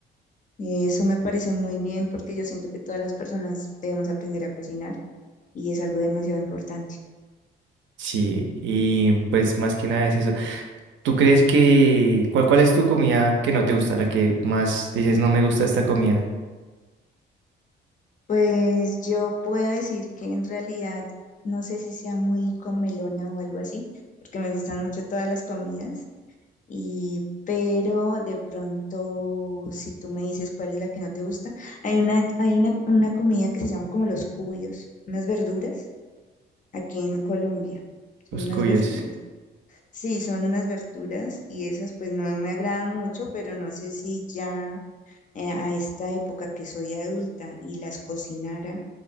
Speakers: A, on the left; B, on the right.
A: Eso me parece muy bien porque yo siento que todas las personas debemos aprender a cocinar y es algo demasiado importante.
B: Sí, y pues más que nada es eso. ¿Tú crees que, cuál, cuál es tu comida que no te gusta, la que más dices no me gusta esta comida?
A: Pues yo puedo decir que en realidad no sé si sea muy comelona o algo así, porque me gustan mucho todas las comidas, y pero de pronto si tú me dices cuál es la que no te gusta, hay una, hay una, una comida que se llama como los cubios, unas verduras aquí en Colombia.
B: Los
A: Son unas
B: cuyos.
A: verduras. Sí, son unas verduras y esas pues no me agradan mucho, pero no sé si ya eh, a esta época que soy adulta y las cocinara